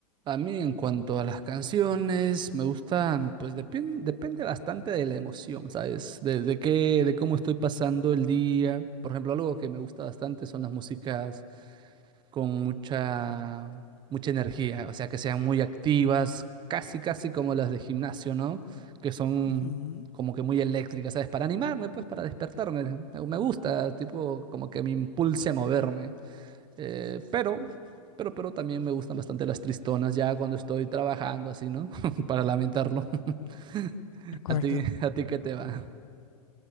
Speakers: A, on the right; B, on the left.
A: A mí en cuanto a las canciones, me gustan, pues depen- depende bastante de la emoción, ¿sabes? De, de qué, de cómo estoy pasando el día. Por ejemplo, algo que me gusta bastante son las músicas con mucha, mucha energía, o sea, que sean muy activas, casi, casi como las de gimnasio, ¿no? Que son
B: Ujú,
A: como que muy eléctricas, ¿sabes? Para animarme, pues, para despertarme. Me me gusta, tipo, como que me impulse a moverme. Eh, pero, pero, pero también me gustan bastante las tristonas, ya cuando estoy trabajando así, ¿no? <laughs> Para lamentarlo. <laughs>
B: De acuerdo.
A: ¿A ti, a ti qué te va?